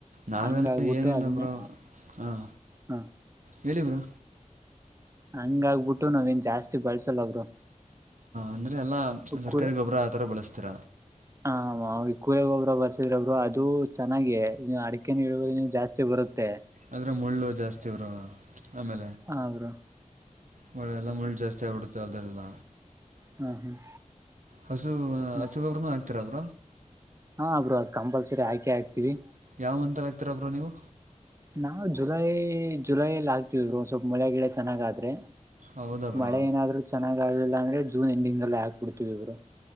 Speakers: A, on the right; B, on the right.
A: ನಾವೆಲ್ಲ
B: ಹಂಗಾಗ ಬೀಟ್ಟು
A: ಏನಿಲ್ಲ
B: ಅದನ್ನೆ
A: ಬ್ರೋ ಹಾಂ
B: ಹ.
A: ಹೇಳಿ ಬ್ರೋ
B: ಹಂಗಾಗ್ಬಿಟ್ಟು ನಾವೆನ್ ಜಾಸ್ತಿ ಬಳ್ಸಲ್ಲ ಬ್ರೋ.
A: ಅಂದ್ರೆ ಎಲ್ಲ ಸರ್ಕಾರಿ
B: ಕುರಿ
A: ಗೊಬ್ಬರ ಆ ಥರ ಬಳಸ್ತೀರ.
B: ಹ ಕೂರೆ ಹ ಒಬರು ಬರ್ಸಿದ್ರೊಬ್ರು ಅದು ಚೆನ್ನಾಗೆ ಅಡಿಕೆ ಇ ಜಾಸ್ತಿ ಬರುತ್ತೆ
A: ಆದ್ರೆ ಮುಳ್ಳು ಜಾಸ್ತಿ ಇರು ಆಮೇಲೆ
B: ಆ್ರ
A: ಮಳೆ ಎಲ್ಲ ಮುಳಿ ಜಾಸ್ತಿಯಾ ಉಡತ ಅದಲ್ಲ
B: ಹ್ಮ್ ಹ್ಮ್
A: ಹಸು ಹಸುಗೊಬ್ಬ್ರನುಹಾಕ್ತರಬ್
B: ಮತ್ತೆ ಹಾ ಅಬ್ರು ಅದು ಕಂಪಲ್ಸರಿ ಆಯ್ಕೆ ಆಗ್ತಿವಿ
A: ಯಾವ ಮಂತರ ಆಗ್ತೀರಬ್ರೋ ನೀವು
B: ನಾವವು ಜುಲೈ ಜುಲೈಲ್ಲಿ ಆಗ್ತವ್ರು ಒ ಸ್ವಲ್ಪ ಮಳೆ ಗಿಡ ಚೆನ್ನಾಗ ಆದ್ರೆ
A: ಹೌದಾ ಬ್ರೋ
B: ಮಳೆ ಏನಾದ್ರು ಚೆನ್ನಾಗ್ ಆಗಲಿಲ್ಲ ಅಂದ್ರೆ ಜೂನ್ ಎಂಡಿಂಗ್ ಅಲ್ಲಿ ಹಾಕ್ಬಿಡ್ತವಿ ಇವ್ರು